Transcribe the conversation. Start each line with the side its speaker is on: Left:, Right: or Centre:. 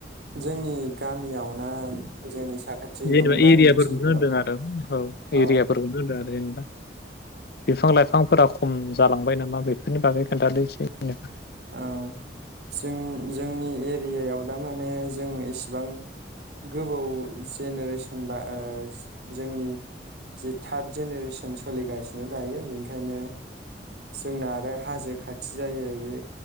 Right: जोंनि गामियाव ना जोंनि साखाथि
Left: जेनेबा
Right: गामि
Left: एरियाफोरखौनो
Right: ओनसोलफोराव
Left: होनदों आरो औ
Right: ओ
Left: एरियाफोरखौनो होनदों आरो। जेनबा बिफां लाइफांफोरा खम जालांबाय नामा बेफोरनि बागै खोन्थादो एसे। जेनेबा
Right: ओ जों जोंनि ए रियायाव दा माने जों इसिबां गोबाव जेनेरेसन बा ओ जोंनि जे थार्द जेनेरेसन सोलिगासिनो दायो बेनिखायनो जोंना आरो हाजो खाथि जायो बे